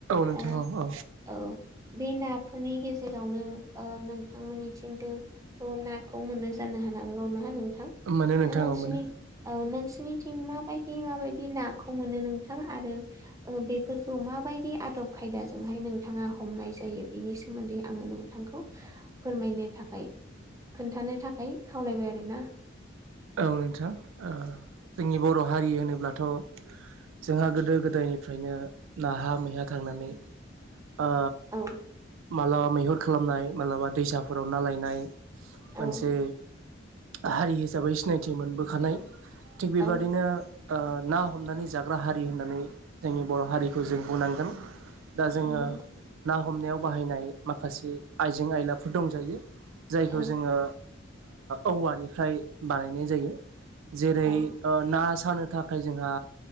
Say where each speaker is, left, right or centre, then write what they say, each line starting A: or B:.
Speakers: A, on the right; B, on the right.
A: नोंथां
B: दा
A: औ औ
B: औ बे ना फोरनि गेजेरावनो नोंथांमोननिथिंबो थ' नाखौ मोननो जानो हानांगौ ना नोंथां?
A: औ मोनो नोंथां
B: दा नोंसिनि
A: औ मोनो
B: औ नोंसिनिथिं माबायदि माबायदि नाखौ मोनो नोंथां आरो ओ बे फोरखौ माबायदि आदब खायदाजोंहाय नोंथाङा हमनाय जायो? बिनि सोमोन्दै आङो नोंथांखौ फोरमायनो थाखाय खोन्थानो थाखाय खावलायबाय आरोना।
A: औ नोंथां जोंनि बर' हारि होनोब्लाथ' जोंहा गोदो गोदायनिफ्रायनो नाहा मैहा थांनानै ओ
B: औ
A: माब्लाबा मैहुर खालामनाय माब्लाबा दैसाफोराव ना लायनाय मोनसे
B: औ
A: हारि हिसाबै सिनायथि मोनबोखानाय थिग बेबदिनो
B: औ
A: ना हमनानै जाग्रा हारि हारि होननानै जोंनि बर' हारिखौ जों बुंनांगोन दा जोङो
B: नंगौ
A: ना हमनायाव बाहायनाय माखासे आइजें आयलाफोर दंजायो। जायखौ
B: औ
A: जोङो औवानिफ्राय बानायनाय जायो जेरै
B: औ
A: ओ ना सानो थाखाय ओ जोंहा